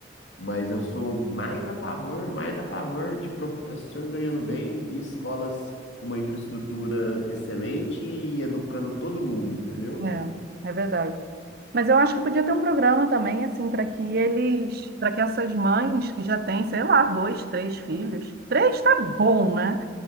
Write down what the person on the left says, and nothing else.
Mas eu sou mais a favor, mais a favor de professor ganhando bem e escolas com uma infraestrutura excelente e educando todo mundo, entendeu?